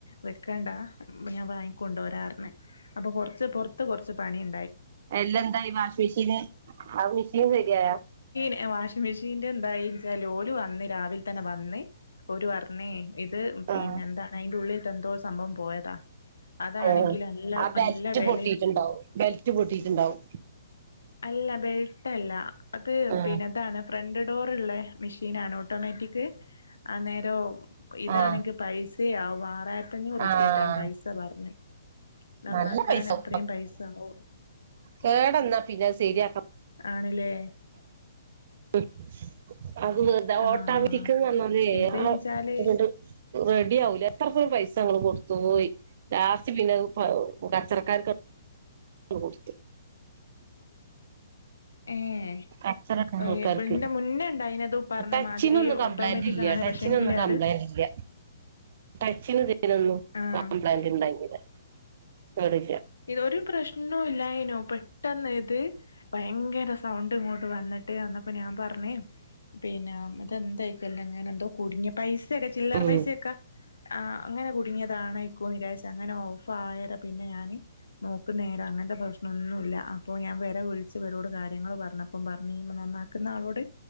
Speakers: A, on the left; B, on the right.
A: വെക്കണ്ടാ ഞാൻ വാങ്ങിക്കൊണ്ട് വരാർന്ന്- അപ്പൊ കൊറച്ച് പൊറത്ത് കൊറച്ച്- പണിയു
B: അല്ലന്തായി വാഷിംഗ് മെഷീന് അഹ് <unintelligible> മെഷീന് ശെരിയായൊ
A: യെ വാഷിംഗ് മെഷീന് ഷീന്റെ എന്തായിച്ചാൽ ഓല് വന്ന് രാവിൽ തന്നെ വന്ന് ഓര് പറ്ഞ് ഇത് പിന്നെ
B: ആഹ്
A: എന്താണ് അയ്ന്റെ ഉള്ള് എന്തോ സംഭവം പോയതാ അതാണെങ്കി
B: ഏഹ്
A: നല്ല
B: ആ ബെൽറ്റ്
A: നല്ല വെലയും
B: പൊട്ടിയിട്ട് ഇണ്ടാവും ബെൽറ്റ് പൊട്ടിയിട്ട് ഇണ്ടാവും
A: അല്ല ബെൽട്ടല്ല അത്
B: ആഹ്
A: പിന്നെ ഇതാണ് ഫ്രണ്ട് ഡോറ ഇള്ളെ മിഷീനാണ് ഓട്ടോമേറ്റിക് ആ ന്നേ ദോ ഇതാണെങ്കി
B: ആഹ്
A: പൈസ ആ മറെ പത്തഞ്ഞൂറുപ്പ്യട്ടാ
B: ആഹ്
A: ആ പൈസ പറഞ്ഞു നന്നാക്കാൻ
B: നല്ല പൈസ
A: എത്രയും പൈസങ്ങോ
B: കേടന്നാ പിന്നെ ശെരിയാക്കണം
A: ആണ്ല്ലേ
B: ഉം അത് വെറുതാ
A: ആഹ്
B: ഓട്ടാരിക്ക പറന്നത്
A: ഇത്
B: ആഹ്
A: ച്ചാല്
B: അങ്ങ്ട് റെഡി ആവൂല- അത്ര പൈസങ്ങൾ കൊടുത്തുപോയി ലാസ്റ്റ് പിന്നെ പച്ചറക്കാർക്ക്- അങ്ങ് കൊട്ത്ത്-
A: ഏഹ്
B: അസറക്കെ
A: ഏഹ്
B: ആൾക്കാർക്ക്
A: ഇന്റെ മുന്നേ ഇണ്ടായിനത് പറഞ്ഞ
B: ടച്ചിനൊന്നും
A: മാതിരി
B: കംപ്ലൈന്റില്ല
A: ഓട്ടോമാറ്റിക് ആണ്
B: ടച്ചിനൊന്നും
A: പക്ഷെങ്കില്
B: കംപ്ലൈന്റില്ല
A: അത്
B: ടച്ചിന് തൊന്നും
A: ആഹ്
B: കംപ്ലൈന്റ് ഉണ്ടാട്ടിയില്ല- <unintelligible>
A: ഇതൊരു പ്രശ്നോ ഇല്ലായിനോ പെ- പെട്ടന്നായിത് പെ ഭയങ്കര സൗണ്ട് ഇങ്ങോട്ട് വന്നിട്ട് അന്നപ്പോ ഞാൻ പറഞ്ഞ് പിന്നെ അതെന്തായിക്കല്ലങ്ങനെ എന്തോ കുടുങ്ങിയ പൈസ്- ക്ക ചില്ലേർ
B: ഉം
A: പൈസേക്ക- ആ അങ്ങനെ കുടുങ്ങിയതാണ് ഇക്കോ നിരാശ അങ്ങനെ ഓഫായത് പിന്നെ ഞാന് നോക്ക നേരം അങ്ങനത്തെ പ്രശ്നംന്നുല്ല അപ്പൊ ഞാൻ വരെ വിളിച്ച് വരോട് കാര്യങ്ങൾ പറഞ്ഞപ്പം പറഞ്ഞ് ഈ നന്നാക്കുന്ന ആളോട്